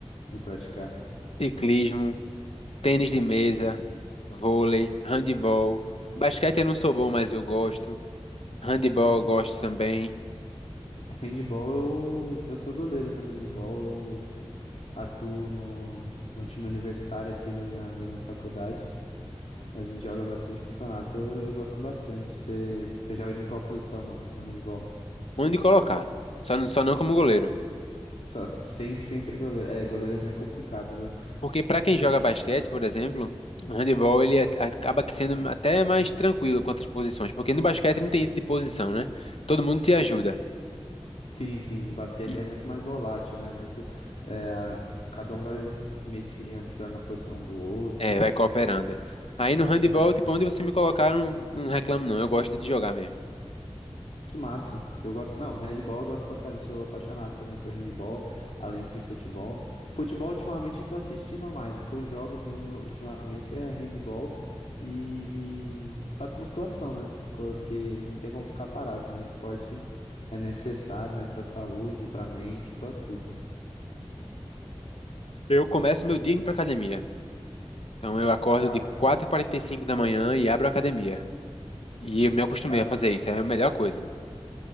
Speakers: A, on the left; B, on the left.
A: de praticar?
B: Ciclismo, tênis de mesa, vôlei, handebol, basquete eu não sou bom, mas eu gosto. Handebol eu gosto também.
A: Handball, eu, eu sou goleiro no handball, eu atuo no, no time universitário aqui da minha, da minha faculdade. A gente joga bastante campeonato, eu, eu gosto bastante. Você você joga de qual posição no, no handball?
B: Onde colocar? Só não, só não como goleiro.
A: Só, sem, sem ser goleiro. É, goleiro é meio complicado, viu?
B: Porque para quem joga basquete, por exemplo, o handebol ele a- acaba que sendo até mais tranquilo quanto às posições, porque no basquete não tem isso de posição, né? Todo mundo se ajuda
A: Sim, sim, basquete
B: e
A: é muito mais volátil, né? Muito, é, cada um vai meio que entrar na posição do outro.
B: é, vai cooperando. Aí no
A: Sim.
B: handebol, tipo, onde você me colocar, eu não, não reclamo não, eu gosto de jogar mesmo.
A: Que massa. Eu gosto. Não, handball eu gosto pra caramba. Sou apaixonado também por handball, além de futebol. Futebol, ultimamente, eu tô assistindo mais. O que eu jogo mesmo ultimamente é handball e e faço musculação, né? Co- Porque não tem como ficar parado, né? Esporte é necessário, né? Pra saúde, pra mente, pra tudo.
B: Eu começo meu dia indo pra academia. Então eu acordo
A: Cara,
B: de quatro e quarenta e cinco da manhã e abro a academia. E eu me acostumei
A: ca-
B: a fazer isso, é a melhor coisa.